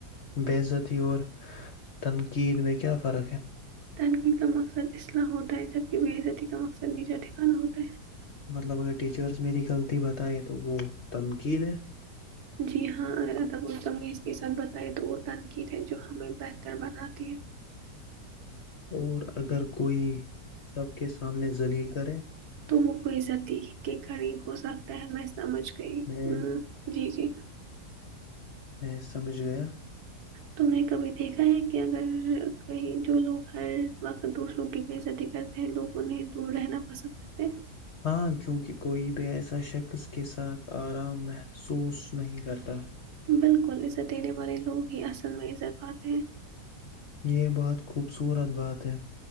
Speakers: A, on the left; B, on the right.
A: بے عذاتی اورور تنقید میں کیا فرق ہے
B: ترقی کا مقصد اسلح ہوتا ہے جبک بےعزتی کا مقصد نیچا ٹھکانا ہوتا ہے
A: مطلب اگر ٹیچرس میری غلطی بتائے تو وہ تنقید ہے
B: جی ہاں اگر اد ہم نے اس کے ساتھ بتیا تو وہ تٹنقید ہے جو ہمیں بناتی ہے
A: اور <unintelligible> اگر کوئی سب کے سامنے ذلیل کرے
B: تو وہ کوئیزتی کے قریب ہو سکتا ہے میں سمجھ گئی
A: میں
B: ہ جی جی
A: میں سمجھ گیا
B: تو نے کبھی دیکھا ہے کہ اگر کہیں جو لوگ ہر وقت دوسروں کی بےزتی کرتے ہیں لوگ انہیں دور رہنا پسند کرتے ہیں
A: ہاں کیونکہ کوئی بھی ایسا شخص کے ساتھ آرام محسوس نہیں کرتا
B: ہیں بالکل عزت دینے والے لوگ ہی اصل میں عزت پات ہیں
A: یہ بہت خوبصورت بات ہے